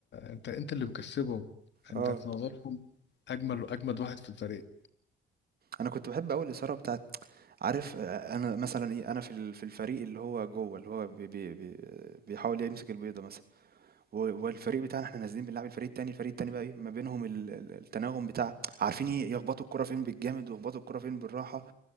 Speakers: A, on the left (about 65°); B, on the right (about 50°).
A: انت انت اللي مكسبه انت
B: اه
A: في نظرهم اجمل واجمد واحد في الفريق
B: انا كنت بحب قوي الاثاره بتاعت عارف آه، انا مثلا ايه انا في ال- في الفريق اللي هو جوه اللي هو بي بي بي بيحاول يمسك البيضه مثلا و- والفريق بتاعنا احنا نازلين بنلعب الفريق التاني الفريق التاني بقى ايه ما بينهم ال- ال- التناغم بتاع عارفين ي- يخبطوا الكرة فين بالجامد ويخبطوا الكرة فين بالراحة